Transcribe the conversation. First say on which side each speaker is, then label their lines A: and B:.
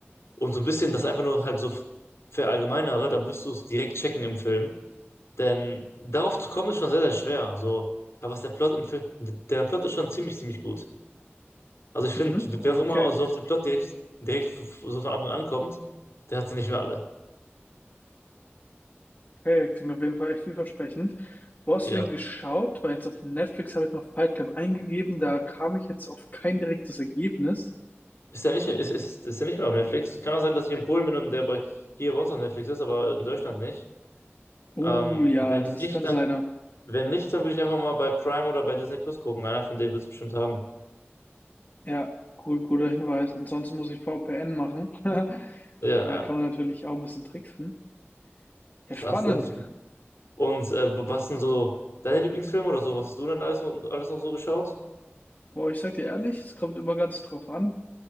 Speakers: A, on the left; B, on the left.
A: und so ein bisschen das einfach nur halt so verallgemeinere, dann wirst du es direkt checken im Film. Denn darauf zu kommen ist schon sehr, sehr schwer. Also, aber was der Plot im Film, der Plot ist schon ziemlich, ziemlich gut. Also ich finde,
B: Mhm.
A: wer
B: Okay.
A: auch immer so auf den Plot direkt, direkt f- f- so von Anfang an kommt, der hat sie nicht mehr alle.
B: Okay, klingt auf jeden Fall echt vielversprechend. Wo hast
A: Ja.
B: du den geschaut? Weil jetzt auf Netflix habe ich mal Fight Club eingegeben, da kam ich jetzt auf kein direktes Ergebnis.
A: Ist ja nicht, ist, ist, ist ja nicht mehr auf Netflix. Kann auch sein, dass ich in Polen bin und der bei, hier bei uns auf Netflix ist, aber in Deutschland nicht.
B: Oh
A: Ähm,
B: ja,
A: wenn
B: das
A: nicht,
B: kann
A: dann,
B: sein.
A: wenn nicht, dann würde ich einfach mal bei Prime oder bei Disney Plus gucken. Einer von denen wird es bestimmt haben.
B: Ja, gut, guter Hinweis. Ansonsten muss ich VPN machen. <laughs>
A: Ja,
B: Da
A: ja.
B: kann man natürlich auch ein bisschen tricksen. Ja, spannend.
A: Ach, so. Und äh, was sind so deine Lieblingsfilme oder so? Was hast du denn alles, alles noch so geschaut?
B: Boah, ich sag dir ehrlich, es kommt immer ganz drauf an,